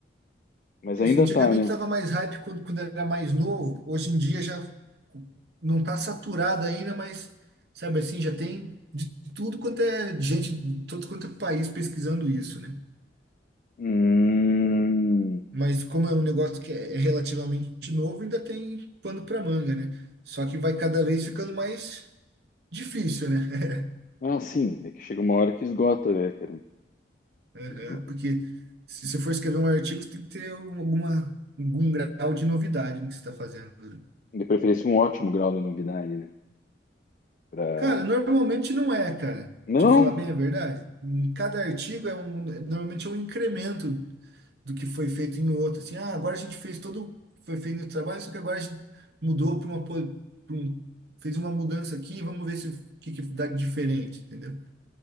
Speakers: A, on the left; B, on the right.
A: Mas
B: Isso,
A: ainda
B: antigamente
A: tá, né?
B: estava mais hype quando, quando era mais novo, hoje em dia já não está saturado ainda, mas sabe assim, já tem de tudo quanto é gente, de todo quanto é país pesquisando isso, né?
A: Hum.
B: Mas como é um negócio que é relativamente novo, ainda tem pano para manga, né? Só que vai cada vez ficando mais difícil, né?
A: Ah, sim, é que chega uma hora que esgota, né, cara?
B: <laughs> Aham,
A: Esgo-
B: Porque se você for escrever um artigo, você tem que ter alguma, algum grau de novidade no que você está fazendo. né?
A: De preferência, um ótimo grau de novidade, né? Pra...
B: Cara, normalmente não é, cara.
A: Não,
B: Te falar bem a verdade. Em cada artigo é um, normalmente é um incremento do que foi feito em outro. Assim, ah, agora a gente fez todo, foi feito o trabalho, só que agora a gente mudou para uma, po- pra um, fez uma mudança aqui, vamos ver se o que, que dá de diferente, entendeu?